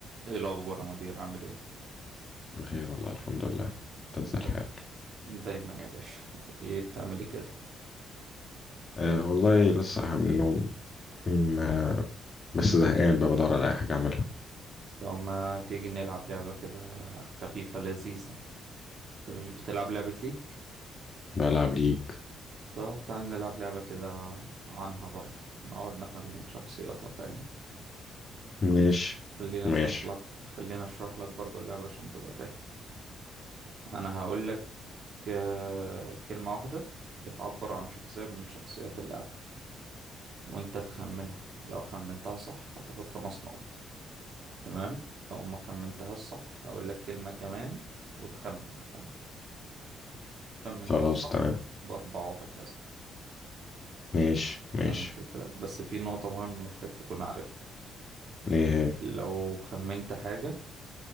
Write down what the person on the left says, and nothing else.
بخير والله الحمد لله تنزل الحال
أه والله لسه صاحي من النوم م- آه، بس زهقان بقى بدور على أي حاجة أعملها
بلعب ليج
ماشي
ماشي
خلاص
تمام
ماشي ماشي
إيه